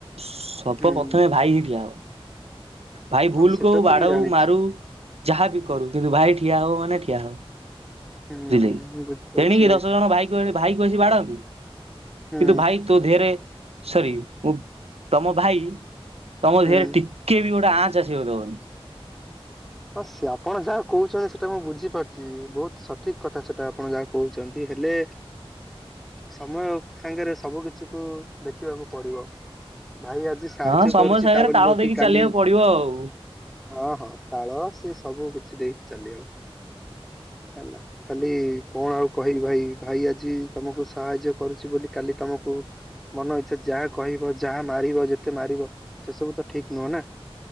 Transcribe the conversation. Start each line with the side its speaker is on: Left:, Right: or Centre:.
Right: ସବ
Centre: ହୁଁ
Right: ପ୍ରଥମେ ଭାଇ ହି ଠିଆ ହବ। ଭାଇ
Centre: ହଁ
Right: ଭୁଲ
Centre: ସେଟା
Right: କହୁ
Centre: ତ
Right: ବାଡ଼ଉ
Centre: ମୁଁ ଜାଣିଛି
Right: ମାରଉ ଯାହାବି କରୁ କିନ୍ତୁ ଭାଇ ଠିଆ ହବ ମାନେ ଠିଆ ହବ।
Centre: ହୁଁ
Right: ତେଣିକି
Centre: ହୁଁ ମୁଁ ବୁଝିପାରୁଛି
Right: ଦଶ ଜଣ ଭାଇ କୁ ଏଣେ ଭାଇ କସି ବାଡାନ୍ତୁ
Centre: ହୁଁ
Right: କିନ୍ତୁ ଭାଇ ତୋ ଧେରେ ସରି ଉ ତମ ଭାଇ ତମ
Centre: ହୁଁ।
Right: ଦେହରେ ଟିକେ ବି ଗୋଟେ ଆଞ୍ଚ ଚାଷିବାକୁ ଦବନି।
Centre: ହଁ ସେ ଆପଣ ଯାହା କହୁଛନ୍ତି ସେଟା ମୁଁ ବୁଝିପାରୁଚି ବହୁତ ସଠିକ କଥା ସେଟା ଆପଣ ଯାହା କହୁଛନ୍ତି ହେଲେ ସମୟ ସାଙ୍ଗରେ ସବୁ କିଛି କୁ ଦେଖିବାକୁ ପଡିବ। ନାଇଁ ଆଜି ସାହାଯ୍ୟ
Right: ହଁ ସମୟ
Centre: କରୁଛି
Right: ସାଙ୍ଗରେ
Centre: ତା ବୋଲି
Right: ତାଳ
Centre: ନ
Right: ଦେଇକି
Centre: କି କାଲି
Right: ଚାଲିବାକୁ ପଡିବ ଆଉ।
Centre: ହଁ ହଁ। ହଁ ସେ ସବୁ କିଛି ଦେଇକି ଚାଲିଅ ହେଲା। ଖାଲି କଁ ଆଉ କହିବି ଭାଇ। ଭାଇ ଆଜି ତମକୁ ସାହାଯ୍ୟ କରୁଛି ବୋଲି କାଲି ତମକୁ ମନ ଇଛା ଯାହା କହିବ ଯାହା ମା ମାରିବ ଯେତେ ମାରିବ ସେ ସବୁ ତ ଠିକ ନୁହଁ ନା